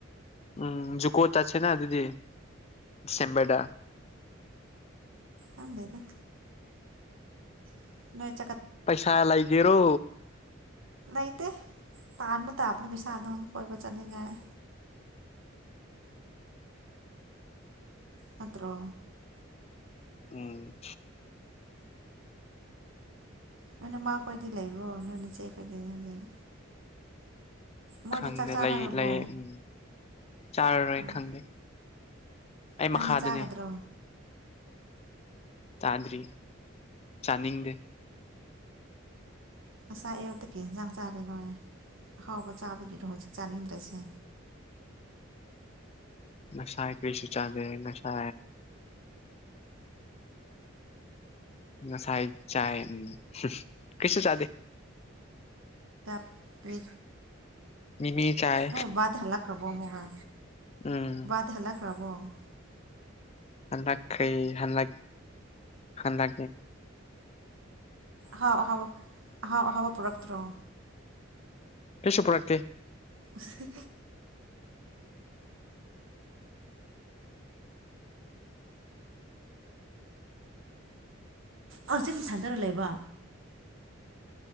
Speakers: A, on the left; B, on the right.
A: ꯎꯝ ꯖꯨ ꯀꯣꯠ ꯆꯠꯁꯦꯅ ꯑꯗꯨꯤꯗꯤ꯫ ꯗꯤꯁꯦꯝꯗ꯫
B: ꯍꯥꯞꯕꯣꯏꯗ꯫ <inaudible>
A: ꯄꯩꯁꯥ ꯂꯏꯒꯦꯔꯣ꯫
B: ꯂꯩꯇꯦ ꯇꯥꯟꯕ ꯇꯥꯕꯅ ꯄꯩꯁꯥꯗꯣ ꯀꯣꯏꯕ ꯆꯠꯅꯤꯡꯉꯥꯏ꯫ ꯅꯠꯇ꯭ꯔꯣ꯫
A: ꯎꯝ꯫
B: ꯅꯣꯏꯅ ꯃꯥ ꯈꯣꯏꯗꯤ ꯂꯩꯕ꯭ꯔꯣ ꯅꯣꯏꯅ ꯆꯦ ꯈꯣꯏꯗꯩ ꯍꯧꯖꯤꯛ꯫ ꯃꯣꯏꯗꯤ
A: ꯈꯪꯗꯦ
B: ꯆꯥꯛ ꯆꯥꯅꯔꯕꯣ
A: ꯂꯩ ꯂꯩ ꯎꯝ ꯆꯥꯔꯔꯣꯏ
B: ꯑꯣ
A: ꯈꯪꯗꯦ꯫ ꯑꯩ
B: ꯅꯪꯗꯤ
A: ꯃꯈꯥꯗꯅꯦ
B: ꯆꯥꯒꯗ꯭ꯔꯣ꯫
A: ꯆꯥꯗ꯭ꯔꯤ ꯆꯥꯅꯤꯡꯗꯦ꯫
B: ꯉꯁꯥ ꯑꯌꯨꯛꯇꯀꯤ ꯏꯟꯁꯥꯡ ꯆꯥꯔꯦꯅꯣ ꯑꯍꯥꯎꯕ ꯆꯥꯕꯒꯤꯗꯣ ꯍꯧꯖꯤꯛ ꯆꯥꯅꯤꯡꯗ꯭ꯔꯁꯦ
A: ꯅꯁꯥ ꯀꯔꯤꯁꯨꯨ ꯆꯥꯗ ꯅꯁꯥ ꯉꯁꯥꯏ ꯆꯥꯏ ꯎꯝ ꯀꯤꯁꯁꯨ ꯆꯥꯗꯦ
B: ꯆꯔꯤ
A: ꯃꯤꯃꯤ ꯆꯥꯏ
B: ꯑ ꯙ ꯍꯂꯥ ꯈ꯭ꯔꯕ ꯑꯃꯒ
A: ꯎꯝ
B: ꯗ ꯍꯂꯥ ꯈꯔꯕ ꯑꯗꯣ
A: ꯍꯗꯈꯩ ꯍꯥꯟꯂ ꯍꯥꯟꯗ
B: ꯍꯥꯎꯍꯕ ꯍꯥꯎ ꯑꯍꯕ ꯄꯔꯛꯛꯇ꯭ꯔꯣ
A: ꯑꯦꯁꯨꯣ ꯄ꯭ꯔꯥꯥꯛꯇ
B: ꯁ ꯍꯧꯖꯤꯤꯡ ꯁꯥꯟꯗꯔ ꯂꯩꯕ